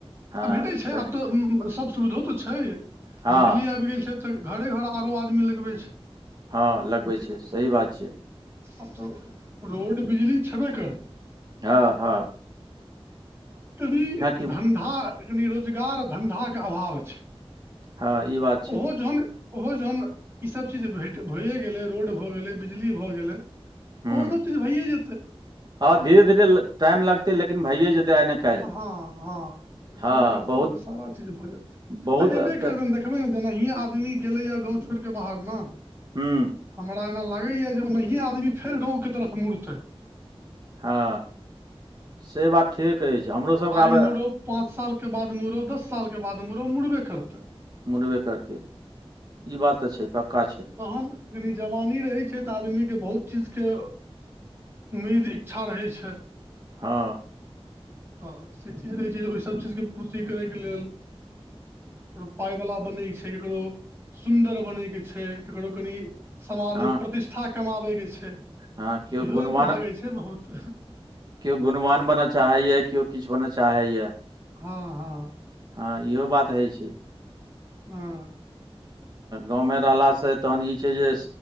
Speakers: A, on the right; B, on the right.
A: हँ
B: आ भेटै छै
A: सही
B: आब तऽ सब सुविधो तऽ छै।
A: हँ
B: बिजली आबि गेल छै, त घरे घर आरो आदमी लगबै छै।
A: हँ लगबै
B: जे
A: छै, सही बात छै।
B: आब त रोड बिजली छेबे करै।
A: हँ-हँ
B: तनि
A: की
B: धन्धा, कनि रोजगार आ धन्धाके अभाव छै।
A: हँ ई बात छै
B: ओहो जहन ओहो जहन ई सब चीज भेट भइए गेलै, रोड भऽ गेलै, बिजली भऽ गेलै, त
A: हूँ
B: ओहो सब चीज भइए जेतै।
A: हँ धीरे धीरे टाइम लगतै लेकिन भैये जेते आइ ने काल्हि
B: हँ हँ दू साल
A: हँ
B: चारि साल
A: बहुत
B: मे सारा चीज भऽ जेतै
A: बहुत
B: आ हेबे
A: तऽ
B: करतैन। देखबै ने जेनाहिए आदमी गेलैए गाँव छोड़ि कऽ बाहर ने
A: हुं।
B: हमरा एना लागैए जे ओनाहिये आदमी फेर गाँंव के तरफ मुड़तै।
A: हँ से बात ठीके कहै छियै, हमरोसभके
B: आइ
A: आब
B: मुड़ौ पाँच सालके बाद मुड़ौ दस सालके बाद मुड़ौ, मुरबे करतै।
A: मुड़बे करतै ई बात तऽ छै, पक्का छै।
B: तखन कनी जवानी रहै छै तऽ आदमीके बहुत चीजके उम्मीद इच्छा रहै छै।
A: हँ।
B: तऽ से चीज रहैत छै जे ओहिसभ चीजके पूर्ति करैके लेल ककरो पाय वला बनै के छै, ककरो सुन्दर बनै के छै ककरो कनि समाज
A: हँ
B: मे प्रतिष्ठा कमाबै के छै, त
A: हँ केओ
B: हियो
A: गुणवान
B: ल तऽ भागै छै बहुत।
A: केओ गुणवान बनऽ चाहैए केओ किछु बनऽ चाहैए।
B: हँ हँ।
A: हँ इहो बात होइ छै।
B: हँ।
A: गाँवमे रहलासँ तखन ई छै जे